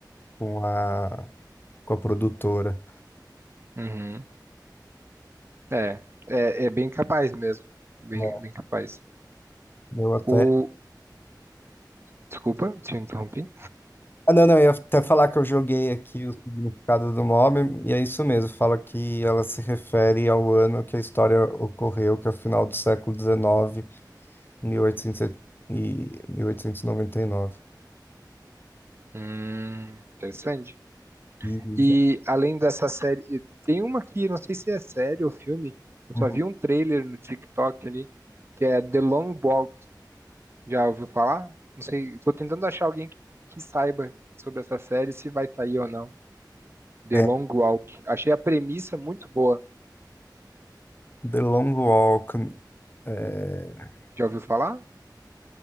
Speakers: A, on the left (about 30°); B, on the right (about 35°).
A: com a, com a produtora.
B: uhum. É, é, é bem capaz mesmo. Bem,
A: Né,
B: bem capaz.
A: Eu até.
B: O... Desculpa, te interrompi.
A: Ah, não, não, eu ia até falar que eu joguei aqui o significado do nome, e é isso mesmo, fala que ela se refere ao ano que a história ocorreu, que é o final do século dezenove, mil oitocentos e mil oitocentos e e noventa e nove
B: Hum, interessante.
A: Isa.
B: E além dessa série, tem uma que não sei se é série ou filme, eu
A: Uhum.
B: só vi um trailer no TikTok ali, que é The Long Walk. Já ouviu falar? Não sei, tô tentando achar alguém que, que saiba sobre essa série, se vai sair ou não. The
A: É,
B: Long Walk. Achei a premissa muito boa.
A: The Long Walk. É,
B: Já ouviu falar?